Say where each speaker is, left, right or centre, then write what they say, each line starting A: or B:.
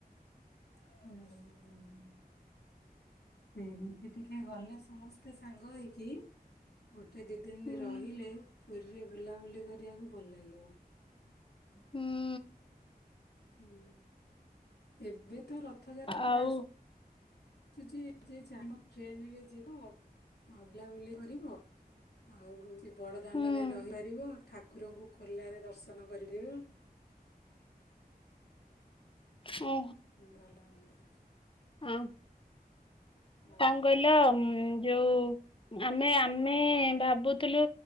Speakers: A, on the left; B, on the left.
A: ହୁଁ ଉଁ ଉଁ ଉ। ଏମିତି ଟିକେ ଗଲେ ସମସ୍ତେ ସାଙ୍ଗ ହେଇକି ଗୋଟେ ଦି ଦିନ
B: ହୁଁ
A: ରହିଲେ, ପୁରୀରେ ବୁଲାବୁଲି କରିବାକୁ ଭଲ ଲାଗିବ।
B: ହୁଁ।
A: ହୁଁ, ଏବେ ତ ରଥଯାତ୍ରା
B: ଆଉ
A: ଆସୁ କିନ୍ତୁ ଯିଏ ଚାହିଁବ ଟ୍ରେନରେ ଯିବ, ହଁ, ବୁଲାବୁଲି କରିବ। ଆଉ ବଡ଼ଦାଣ୍ଡରେ
B: ହୁଁ
A: ରହିପାରିବ, ଠାକୁରଙ୍କୁ ଖୋଲାରେ ଦର୍ଶନ କରିଦେବ।
B: ଓ।
A: ହୁଁ, ଭଲ ହୁଅନ୍ତା।
B: ଆଉଁ,
A: ଆଉ
B: ତାଙ୍କୁ କହିଲ ଯଉ ଆମେ, ଆମେ ଭାବୁଥିଲୁ